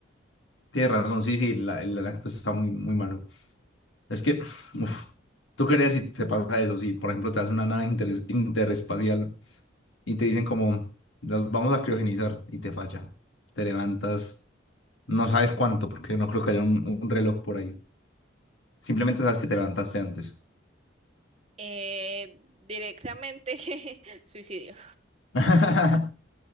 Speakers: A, on the left (about 90°); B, on the right (about 35°).
A: Tienes razón, sí, sí, la- el, el acto está muy, muy malo. Es que, uf, tú crees si te pasa eso, si por ejemplo te hace una nave interes- interespacial y te dicen como, las vamos a criogenizar y te falla. Te levantas, no sabes cuánto, porque no creo que haya un, un reloj por ahí. Simplemente sabes que te levantaste antes.
B: Eh, directamente <laughs> suicidio.
A: <laughs>